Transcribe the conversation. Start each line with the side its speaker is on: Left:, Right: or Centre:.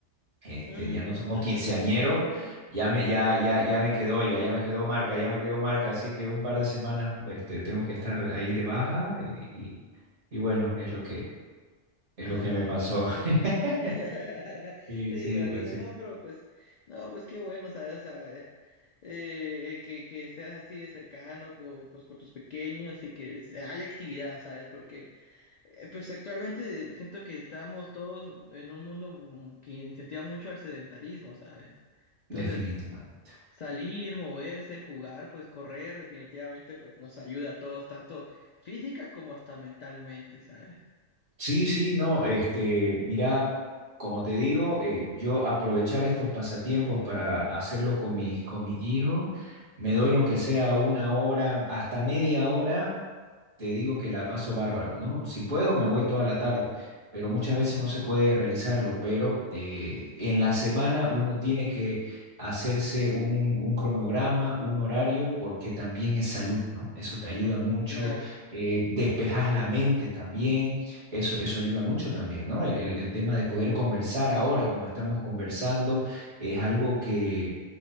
Right: este,
Left: Mm.
Right: ya no somos
Left: <laughs>
Right: quinceañeros, ya me, ya, ya, ya me quedó, ya, ya me quedó marca, ya me quedó marca, así que un par de semanas, este, tengo que estar ahí de baja y, y, y bueno, es lo que, es
Left: Ay,
Right: lo que me pasó.
Left: no, el juego.
Right: <laughs>
Left: <laughs>
Right: Sí,
Left: Sí,
Right: sí,
Left: imagino,
Right: pues sí,
Left: no, pero pues, no, pues qué bueno, ¿sabes? O sea, eh, eh, que, que seas así de cercano, co- pues con tus pequeños y que se- haya actividad, ¿sabes? Porque, eh, pues actualmente siento que estamos todos en un mundo mm, que incentiva mucho al sedentarismo, ¿sabes? Entonces,
Right: definitivamente.
Left: Salir, moverse, jugar, pues correr, definitivamente, pues nos ayuda a todos, tanto física como hasta mentalmente, ¿sabes?
Right: Sí, sí, no, este, mira, como te digo, eh, yo aprovechar estos pasatiempos para hacerlos con mis, con mis hijos, me doy aunque sea una hora, hasta media hora te digo que la paso bárbaro, ¿no? Si puedo, me voy toda la tarde, pero muchas veces no se puede realizarlo, pero eh, en la semana uno tiene que hacerse un, un cronograma, un horario, porque también es salud, ¿no? Eso te ayuda mucho,
Left: Claro,
Right: eh, despejas la mente también, eso, eso ayuda mucho también, ¿no? El, el, el tema de poder conversar ahora, como estamos conversando, es algo que